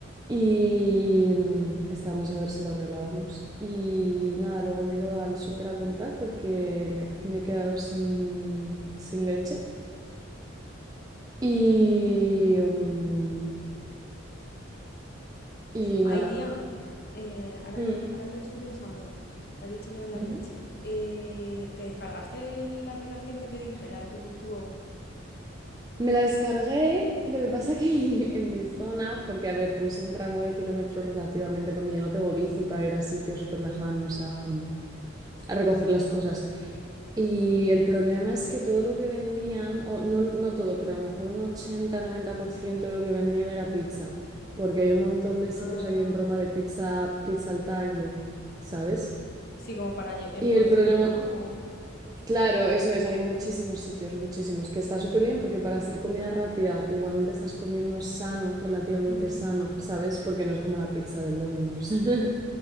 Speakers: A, on the right; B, on the left.
A: Y mm, estábamos a ver si lo arreglábamos. Y nada, luego me he ido al súper a comprar porque me, me he quedado sin, sin leche. Y, mm, y
B: Ay,
A: nada.
B: tía, eh, ahora
A: Mm,
B: que me- ahora que lo estoy pensando, que has dicho lo de la
A: ujú.
B: leche, eh, ¿te descargaste la aplicación que te dije, la de tu tubo?
A: Me la descargué, y lo que pasa es que <laughs> en mi zona, porque a ver, puse un rango de kilómetros relativamente, porque yo no tengo bici para ir a sitios súper lejanos a, a recoger las cosas. Y el problema es que todo lo que vendían, o no, no todo, pero a lo mejor un ochenta noventa por ciento de lo que vendían era pizza, porque hay un montón de sitios
B: Ah,
A: aquí en Roma de pizza, pizza al taglio, ¿sabes?
B: sí, como para lle- en
A: Y
B: porciones,
A: el problema,
B: ¿no? O-
A: Claro, eso es, hay muchísimos sitios, muchísimos, que está súper bien porque para hacer comida rápida igualmente estás comiendo sano, relativamente
B: Ujú,
A: sano, ¿sabes? Porque no es como la pizza del Domino's. <laughs>